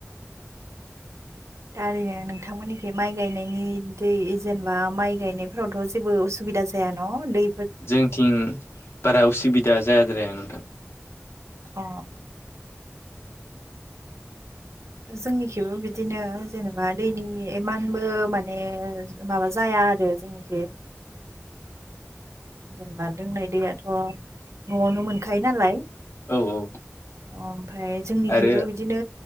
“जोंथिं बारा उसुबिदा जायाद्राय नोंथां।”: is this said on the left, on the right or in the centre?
Left